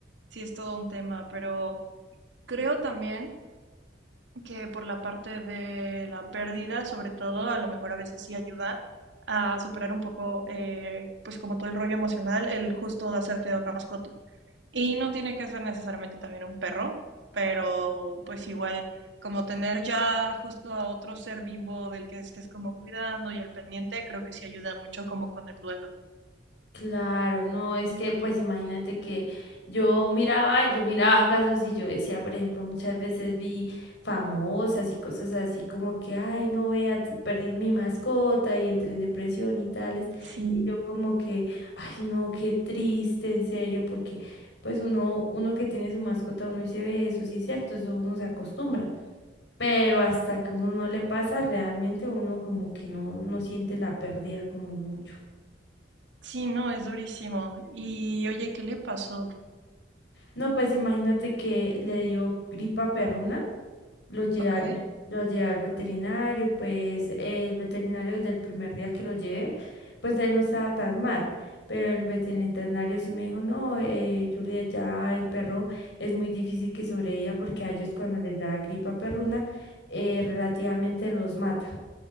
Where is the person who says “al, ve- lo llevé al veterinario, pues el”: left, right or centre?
Left